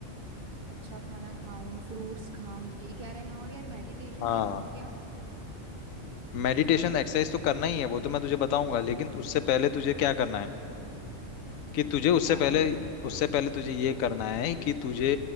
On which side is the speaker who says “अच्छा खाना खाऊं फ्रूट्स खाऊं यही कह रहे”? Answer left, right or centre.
Right